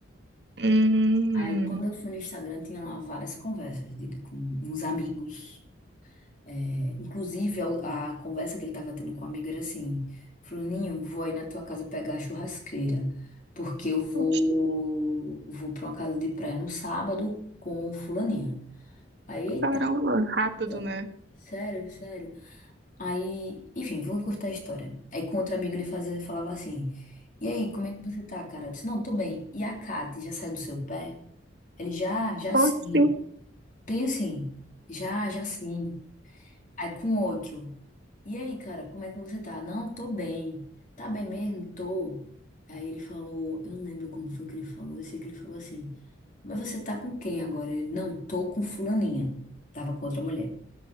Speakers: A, on the right; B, on the left.
A: Hum,
B: Aí quando eu fui no Instagram, tinha lá várias conversas dele com uns amigos. É, inclusive, a, a conversa que ele estava tendo com o amigo era assim: Fulaninho, vou aí na tua casa pegar a churrasqueira, porque eu vou,
A: Oxe,
B: vou para uma casa de praia no sábado com o Fulaninho. Aí, eita,
A: Caramba. rápido,
B: sério,
A: né?
B: sério. sério. Aí, enfim, vou encurtar a história. Aí, com outro amigo, ele fazia, falava assim: E aí, como é que você tá, cara? Eu disse: Não, tô bem. E a Kate já saiu do seu pé? Ele já, já
A: Oxi,
B: sim. Bem assim, já, já sim. Aí com outro. E aí, cara, como é que você tá? Não, tô bem. Tá bem mesmo? Tô. Aí ele falou, eu não lembro como foi que ele falou, eu sei que ele falou assim, mas você tá com quem agora? Ele, não, tô com fulaninha. Tava com outra mulher.